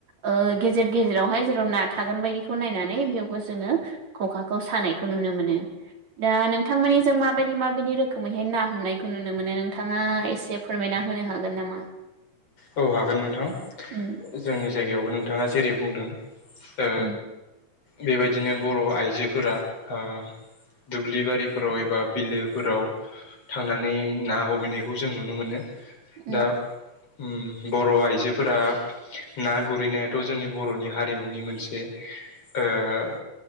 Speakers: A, on the right (about 65°); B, on the left (about 55°).
A: ओ गेजेर गेजेरावहाय जेराव ना थागोन बायदिखौ नायनानै बेयावबो जोङो ख'खाखौ सानायखौ नुनो मोनो दा नोंथांमोननि जों माबायदि माबायदि रोखोमैहाय ना हमनायखौ नुनो मोनो नोंथाङा एसे फोरमायना होनो हागोन नामा?
B: औ हागोन नोंथां
A: उम
B: जोंनि जायगायावबो नोंथाङा जेरै बुंदों ओ
A: उम
B: बेबायदिनो बर' आइजोफोरा ओ दुब्लि बारिफोराव एबा बिलोफोराव थांनानै ना हमैनायखौ जों नुनो मोनो
A: उम
B: दा उम बर' आइजोफोरा ना गुरैनायाथ' जोंनि बर'नि हारिमुनि मोनसे ओ ओ